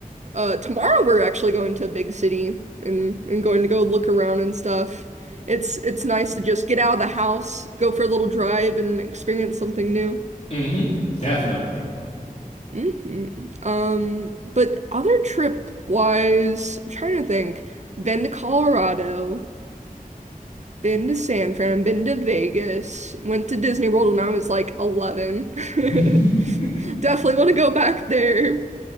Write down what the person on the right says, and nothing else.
uh tomorrow we're actually going to a big city and and going to go look around and stuff. It's it's nice to just get out of the house, go for a little drive and experience something new.
hmm Um but other trip wise, I'm trying to think. Been to Colorado. Been to San Fran, been to Vegas, went to Disney World when I was like 11. <laughs>
Definitely want to go back there.